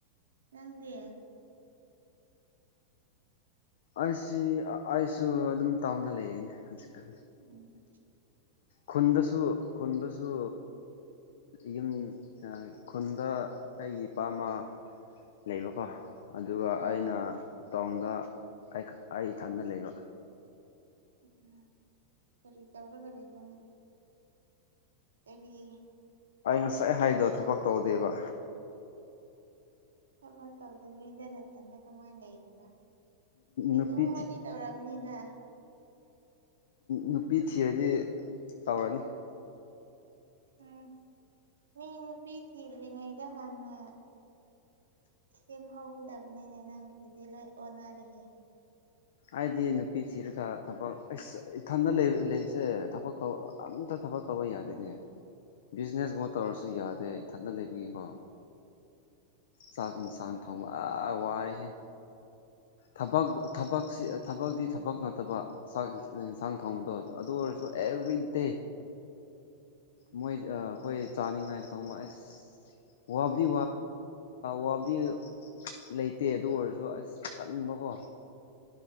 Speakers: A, on the right (about 70°); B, on the left (about 60°).
A: ꯅꯪꯗꯤ
B: ꯑꯩꯁꯤ ꯑꯩꯁꯨ ꯑꯗꯨꯝ ꯇꯥꯎꯟꯗ ꯂꯩꯌꯦꯅꯦ ꯍꯧꯖꯤꯛꯀꯥꯟ
A: <inaudible>
B: ꯈꯨꯟꯗꯁꯨ ꯈꯨꯟꯗꯁꯨ ꯌꯨꯝ ꯈꯨꯟꯗ ꯑꯩꯒꯤ ꯏꯄꯥꯃꯥ ꯂꯩꯕꯀꯣ ꯑꯗꯨꯒ
A: ꯑꯥ
B: ꯑꯩꯅ ꯇꯥꯎꯟꯗ ꯑꯩ ꯏꯊꯟꯗ ꯂꯩꯕ
A: ꯎꯝ ꯀꯔꯤ ꯇꯧꯔꯒ ꯂꯩꯕꯅ ꯑꯦꯔꯤ
B: ꯑꯩ ꯉꯁꯥꯏ ꯍꯥꯏꯗꯣ ꯊꯕꯛ ꯇꯧꯗꯦꯕ
A: ꯊꯕꯛ ꯇꯧꯗꯕꯤꯗ ꯅꯊꯟꯗ ꯀꯃꯥꯏꯅ ꯂꯩꯔꯤꯕ ꯀꯩꯅꯣꯃꯃꯗꯤ
B: ꯅꯨꯄꯤ
A: ꯇꯧꯔꯝꯅꯤꯗ
B: ꯅꯨꯄꯤ ꯊꯤꯔꯗꯤ ꯇꯧꯔꯅꯤ
A: ꯎꯝ ꯃꯤ ꯅꯨꯄꯤ ꯊꯤꯗ꯭ꯔꯤꯉꯩꯗ ꯍꯥꯟꯅ ꯁꯦꯝ ꯍꯧꯒꯗꯕꯅꯤꯅꯦ ꯅꯪꯒꯤꯗꯨꯗꯤ ꯂꯣꯏ ꯑꯣꯟꯅꯔꯤꯍꯦ
B: ꯑꯩꯗꯤ ꯅꯨꯄꯤ ꯊꯤꯔꯒ ꯊꯕꯛ ꯑꯩ ꯏꯊꯟꯗ ꯂꯩꯔꯤꯁꯦ ꯊꯕꯛ ꯇꯧ ꯑꯝꯇ ꯊꯕꯛ ꯇꯧꯕ ꯌꯥꯗꯣꯏꯅꯦ ꯕꯤꯖꯤꯅꯦꯁꯒꯨꯝꯕ ꯇꯧꯔꯁꯨ ꯌꯥꯗꯦ ꯏꯊꯟꯗ ꯂꯩꯕꯒꯤ ꯑꯣ ꯆꯥꯛ ꯌꯦꯟꯁꯥꯡ
A: ꯎꯝ
B: ꯊꯣꯡꯕ ꯋꯥꯔꯦꯍꯦ ꯊꯕꯛ ꯊꯕꯛ ꯊꯕꯛꯇꯤ ꯊꯕꯛ ꯅꯠꯇꯕ ꯆꯥꯛ ꯌꯦꯟꯁꯥꯡ ꯊꯣꯡꯕꯗꯣ ꯑꯗꯨ ꯑꯣꯏꯔꯁꯨ ꯑꯦꯚ꯭ꯔꯤꯗꯦ ꯃꯣꯏ ꯑꯩꯈꯣꯏ ꯆꯥꯅꯤꯡꯉꯥꯏꯗ ꯊꯣꯡꯕ ꯑꯁ ꯋꯥꯕꯨꯗꯤ
A: ꯎꯝ
B: ꯋꯥꯕꯨꯗꯤ ꯂꯩꯇꯦ ꯑꯗꯨ ꯑꯣꯏꯔꯁꯨ ꯑꯁ ꯇꯠꯕꯀꯣ